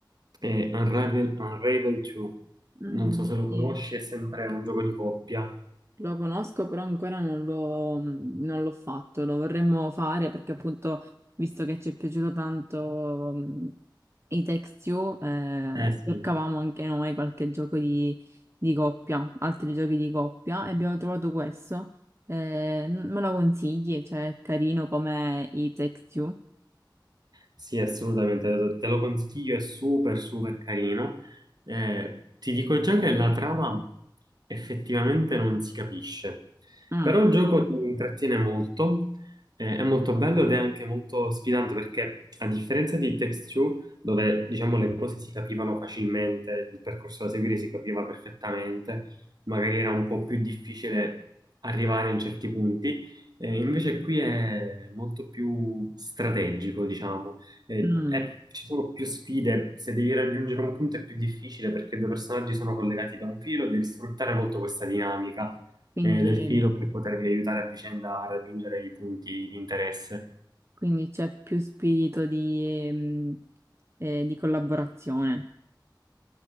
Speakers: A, on the right; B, on the right.
A: eh, Unravel, Unravel 2.
B: mm,
A: Non so se lo
B: sì.
A: conosci, è sempre un gioco di coppia.
B: Lo conosco, però ancora non l'ho non l'ho fatto, lo vorremmo fare perché appunto, visto che ci è piaciuto tanto mh, i Text You, eh,
A: Eh sì.
B: cercavamo anche noi qualche gioco di, di coppia, altri giochi di coppia e abbiamo trovato questo. Eh, n- me lo consigli? Cioè, è carino come i Text You?
A: Sì, assolutamente, te lo consiglio, è super super carino. Eh, ti dico già che la trama effettivamente non si capisce,
B: Mm,
A: però il gioco ti intrattiene molto, eh, è molto bello ed è anche molto sfidante perché a differenza di It Takes Two, dove diciamo le cose si capivano facilmente, il percorso da seguire si capiva perfettamente, magari era un po' più difficile arrivare in certi punti. Eh, invece qui è molto più strategico, diciamo. Eh,
B: mm.
A: eh, ci sono più sfide, se devi raggiungere un punto è più difficile perché due personaggi sono collegati da un filo e devi sfruttare molto questa dinamica
B: Quindi,
A: eh, del filo per potervi aiutare a vicenda a raggiungere i punti di interesse.
B: quindi c'è più spirito di, ehm, eh, di collaborazione.